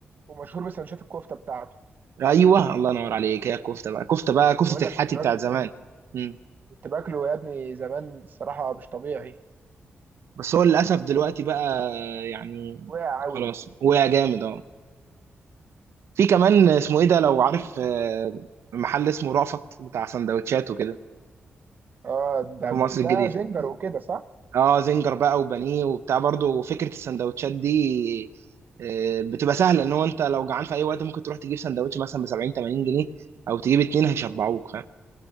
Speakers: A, on the right (about 45°); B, on the right (about 80°).
A: ومشهور بسندوتشات الكفتة بتاعته
B: ايوه الله ينور عليك هي الكفته بقى كفته بقى
A: انا
B: كفته
A: بقول لك
B: الحاتي
A: كنت باكله
B: بتاعت زمان مم.
A: كنت باكله يا ابني زمان الصراحة مش طبيعي
B: بس هو للاسف دلوقتي بقى يعني
A: وقع قوي
B: خلاص وقع جامد اه في كمان اسمه ايه ده لو عارف آه، محل اسمه رأفت بتاع سندوتشات وكده
A: اه ده
B: في مصر
A: بس
B: الجديده
A: ده زنجر وكده صح؟
B: اه زنجر بقى وبانيه وبتاع برضه فكره السندوتشات دي آه، بتبقى سهله ان هو انت لو جعان في اي وقت ممكن تروح تجيب سندوتش مثلا ب 70 80 جنيه او تجيب اتنين هيشبعوك